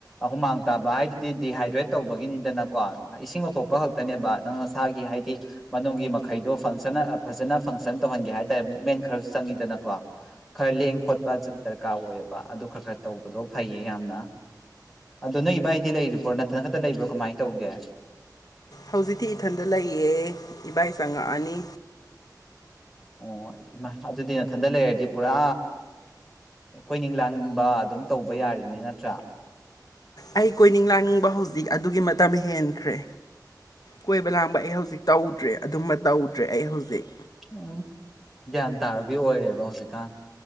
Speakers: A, in the centre; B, on the left.
A: ꯍꯨꯃꯥꯡ ꯇꯥꯕ ꯍꯥꯏꯗꯨꯗꯤ ꯗꯤꯍꯥꯏꯗ꯭ꯔꯦꯠ ꯇꯧꯕ ꯅꯤꯗꯅꯀꯣ ꯏꯁꯤꯡ ꯑꯊꯣꯛꯄ ꯈꯛꯇꯅꯦꯕ ꯅꯪ ꯅꯁꯥꯒꯤ ꯍꯥꯏꯗꯤ ꯃꯅꯨꯡꯒꯤ ꯃꯈꯩꯗꯣ ꯐꯪꯁ ꯐꯖꯅ ꯐꯪꯁꯟ ꯇꯧꯍꯟꯒꯦ ꯍꯥꯏ ꯇꯔꯦ ꯃꯦꯟ ꯈ ꯆꯪꯉꯤꯗꯅꯀꯣ ꯈꯔ ꯂꯦꯡ ꯈꯣꯠꯄ ꯗꯔꯀꯥꯔ ꯑꯣꯏꯌꯦꯕ ꯑꯗꯨ ꯈꯔ ꯈꯔ ꯇꯧꯕꯗꯣ ꯐꯩꯌꯦ ꯌꯥꯝꯅꯡ ꯑꯗꯣ ꯅꯣꯏ ꯏꯕꯥꯏꯗꯤ ꯂꯩꯔꯤꯕ꯭ꯔꯣ ꯅꯠꯇꯅ ꯈꯛꯇ ꯂꯩꯕ꯭ꯔꯣ ꯀꯃꯥꯏꯅ ꯇꯧꯒꯦ
B: ꯍꯧꯖꯤꯛꯇꯤ ꯏꯊꯟꯗ ꯂꯩꯌꯦ ꯏꯕꯥꯏ ꯆꯪꯉꯛꯑꯅꯤ
A: ꯑꯣ ꯏꯃꯥ ꯑꯗꯨꯗꯤ ꯃꯊꯟꯗ ꯂꯩꯔꯗꯤ ꯄꯨꯔꯥ ꯀꯣꯏꯅꯤꯡ ꯂꯥꯡꯅꯤꯡꯕ ꯑꯗꯨꯝ ꯇꯧꯕ ꯌꯥꯔꯤꯅꯦ ꯅꯠꯇ꯭ꯔꯥ
B: ꯑꯩ ꯀꯣꯏꯅꯤꯡ ꯂꯥꯅꯤꯡꯕ ꯍꯧꯖꯤꯛ ꯑꯗꯨꯒꯤ ꯃꯇꯝ ꯍꯦꯟꯈ꯭ꯔꯦ ꯀꯣꯏꯕ ꯂꯥꯡꯕ ꯑꯩ ꯍꯧꯖꯤꯛ ꯇꯧꯗ꯭ꯔꯦ ꯑꯗꯨꯝꯕ ꯇꯧꯗ꯭ꯔꯦ ꯑꯩ ꯍꯧꯖꯤꯛ
A: ꯎꯝ ꯒ꯭ꯌꯥꯟ ꯇꯥꯕꯕꯤ ꯑꯣꯏꯔꯦꯕ ꯍꯧꯖꯤꯛꯀꯥꯟ